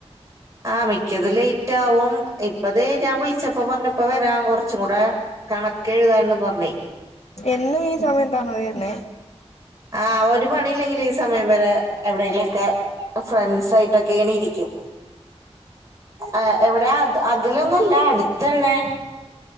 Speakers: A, on the right; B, on the left.
A: ആഹ് മിക്കതും ലേറ്റാവും ഇപ്പതേ ഞാൻ വിളിച്ചപ്പ പറഞ്ഞു ഇപ്പ വരാം കൊറച്ചൂടെ കണക്കെഴുതാണ്ട് പറഞ്ഞ്.
B: എന്നും ഈ സമയത്താണോ വരുന്നേ.
A: ആഹ് ഒരു പണിയില്ലെങ്കില് ഈ സമയം വരെ എവിടെങ്കിലെക്കെ ഫ്രണ്ട്സായിട്ടെക്ക് കേണിരിക്കും. ആഹ് എവിടേ അത് അകലേന്നൊല്ല അടുത്തന്നെ